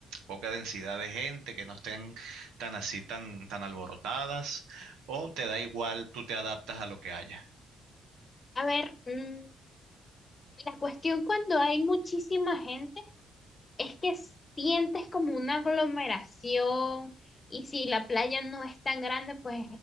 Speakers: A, on the right; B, on the left.
A: poca densidad de gente, que no estén tan así, tan, tan alborotadas, o te da igual, tú te adaptas a lo que haya.
B: A ver, mm, la cuestión cuando hay muchísima gente. es que sientes como una aglomeración y si la playa no es tan grande, pues